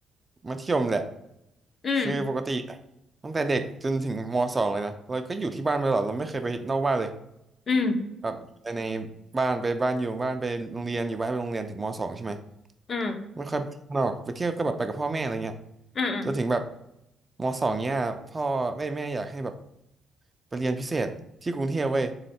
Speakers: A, on the right; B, on the left.
A: มัธยมแหละ
B: อืม
A: คือปกติตั้งแต่เด็กจนถึงมสองเลยนะเราก็อยู่ที่บ้านมาตลอดเราไม่เคยไปนอกบ้านเลย
B: อืม
A: แบบไปในบ้านไปบ้านอยู่บ้านไปโรงเรียนอยู่บ้านไปโรงเรียนถึงมสองใช่ไหม
B: อืม
A: ไม่ค่อยไปข้างนอกไปเที่ยวก็แบบไปกับพ่อแม่อะไรเงี้ย
B: อืมอืม
A: จนถึงแบบมสองเนี่ยพ่อแม่แม่อยากให้แบบไปเรียนพิเศษที่กรุงเทพเว้ย